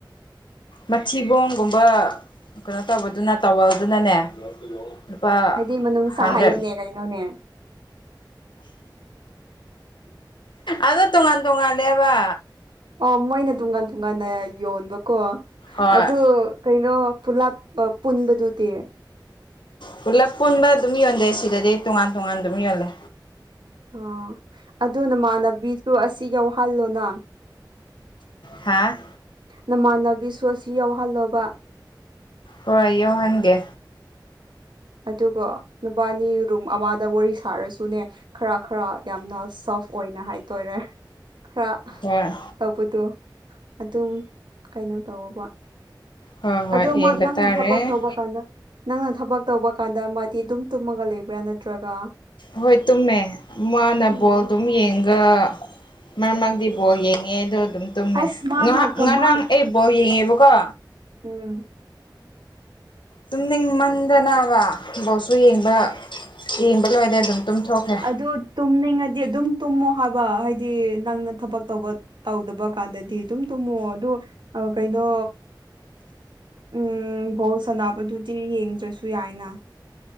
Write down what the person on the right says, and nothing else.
ꯍꯥꯏꯗꯤ ꯃꯅꯨꯡꯅꯨꯡꯁꯥ
ꯍꯥꯏꯌꯨꯅꯦ ꯀꯩꯅꯣꯅꯦ
ꯑꯣ ꯃꯣꯏꯅ ꯇꯣꯉꯥꯟ ꯇꯣꯉꯥꯟꯅ ꯌꯣꯟꯕꯀꯣ
ꯑꯗꯨ ꯀꯩꯅꯣ ꯄꯨꯂꯞ ꯄꯨꯟꯕꯗꯨꯗꯤ
ꯑ ꯑꯗꯨ ꯅꯃꯅꯕꯤꯗꯨ ꯑꯁꯤ ꯌꯥꯎꯍꯜꯂꯣꯅ
ꯅꯃꯥꯟꯅꯕꯤ ꯁꯣ ꯑꯁꯤ ꯌꯥꯎꯍꯜꯂꯕ
ꯑꯗꯨꯒ ꯅꯨꯄꯥꯅꯤ ꯔꯨꯝ ꯑꯃꯗ ꯋꯥꯔꯤ ꯁꯥꯔꯁꯨꯅꯦ ꯈꯔ ꯈꯔ ꯌꯥꯝꯅ ꯁꯣꯐ ꯑꯣꯏꯅ ꯍꯥꯏꯇꯔꯦ ꯈꯔ
ꯇꯧꯕꯗꯣ ꯑꯗꯨꯝ ꯀꯩꯅꯣ ꯇꯧꯀ
ꯑꯗꯨ
ꯅꯪꯅ
ꯊꯕꯛ ꯇꯧꯕ ꯀꯥꯟꯗ ꯅꯪꯅ ꯊꯕꯛ ꯇꯧꯕ ꯀꯥꯟꯗ ꯃꯥꯗꯤ ꯑꯗꯨꯝ ꯇꯨꯝꯃꯒ ꯂꯩꯕ꯭ꯔꯥ ꯅꯠꯇ꯭ꯔꯒ
ꯎꯝ
ꯑꯁ ꯃꯥꯅꯣ
ꯀꯃꯥ
ꯎꯝ
ꯑꯗꯨ ꯇꯨꯝꯅꯤꯡꯉꯗꯤ ꯑꯗꯨꯝ ꯇꯨꯝꯃꯣ ꯍꯥꯏꯕ ꯍꯥꯏꯗꯤ ꯅꯪꯅ ꯊꯕꯛ ꯇꯧꯕ ꯇꯧꯗꯕ ꯀꯥꯟꯗꯗꯤ ꯑꯗꯨꯝ ꯇꯨꯝꯃꯣ ꯑꯗꯨ ꯀꯩꯅꯣ ꯎꯝ ꯕꯣꯜ ꯁꯅꯕꯗꯨꯗꯤ ꯌꯦꯡꯗ꯭ꯔꯁꯨ ꯌꯥꯏꯅ